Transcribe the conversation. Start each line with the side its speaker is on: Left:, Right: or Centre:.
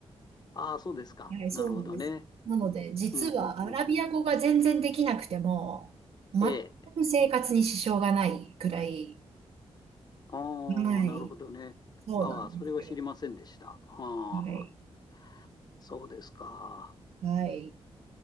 Left: ああ、そうですか。
Right: はい、そうなんです。
Left: なるほどね。
Right: なので、実はアラビア語が全然できなくても、
Left: うん、うん、うん、うん。
Right: 全
Left: ええ。
Right: く生活に支障がないくらい、
Left: ああ、
Right: はい、
Left: なるほどね。
Right: そうなんですよ。
Left: ああ、それは知りませんでした。ああ、
Right: はい、
Left: そうですか。
Right: はい、